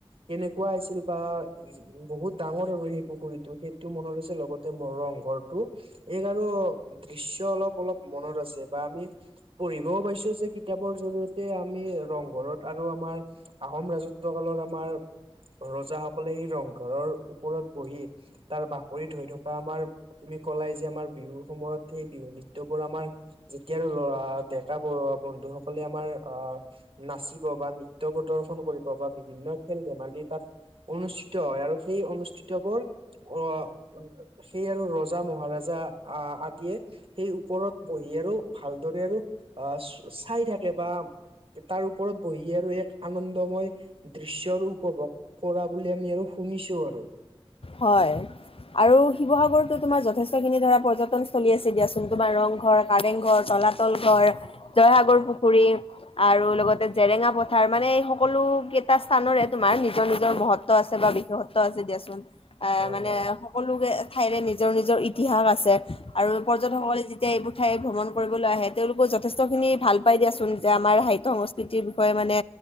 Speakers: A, on the right; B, on the left.
A: কেনেকুৱা আছিল বা উম্, বহুত ডাঙৰ আৰু সেই পুখুৰীটো, সেইটো মনত আছে। লগতে মো ৰং ঘৰটো, এই আৰু দৃশ্য অলপ অলপ মনত আছে, বা আমি পঢ়িবও পাইছোঁ, যে কিতাপৰ জৰিয়তে আমি ৰংঘৰত আৰু আমাৰ, আহোম ৰাজত্ব কালৰ আমাৰ ৰজাসকলে সেই ৰংঘৰৰ ওপৰত বহি, তাৰ বাকৰিত হৈ থকা আমাৰ তুমি কলাই যে আমাৰ, বিহুৰ সময়ত সেই বিহু নৃত্যবোৰ আমাৰ যেতিয়া আৰু ল'ৰা ডেকা ব বন্ধু সকলে, আমাৰ আহ নাচিত বা নৃত্য প্ৰদৰ্শন কৰিব, বা বিভিন্ন দিশত খেল-ধেমালি তাত অনুষ্ঠিত হয়, আৰু সেই অনুষ্ঠিতবোৰ অ' সেই আৰু ৰজা মহাৰজা অ' আদিয়ে সেই ওপৰত বহি আৰু, ভালদৰে আৰু অ', চাই থাকে বা তাৰ ওপৰত বহি আৰু এক আনন্দময় দৃশ্যৰ উপভোগ কৰা বুলি, আমি আৰু শুনিছোঁ আৰু।
B: হয়। আৰু শিৱসাগৰতো তোমাৰ যথেষ্টখিনি ধৰা পৰ্যটন থলী আছে দিয়াচোন। তোমাৰ ৰংঘৰ, কাৰেংঘৰ, তলাত ল ঘৰ, জয়সাগৰ
A: হয়
B: পুখুৰী। আৰু লগতে জেৰেঙা পথাৰ, মানে এই সকলো কেইটা স্থানৰে তোমাৰ নিজৰ নিজৰ মহত্ব আছে, বা বিশেষত্ব আছে দিয়াচোন, অ',
A: হয়
B: মানে
A: হয়
B: সকলো ঠাইৰে নিজৰ নিজৰ ইতিহাস আছে। আৰু পৰ্যটকসকলে যেতিয়া এইবোৰ ঠাই ভ্ৰমণ কৰিবলৈ আহে, তেওঁলোকে যথেষ্টখিনি ভাল পাই দিয়াচোন। যে আমাৰ সাহিত্য-সংস্কৃতিৰ বিষয়ে মানে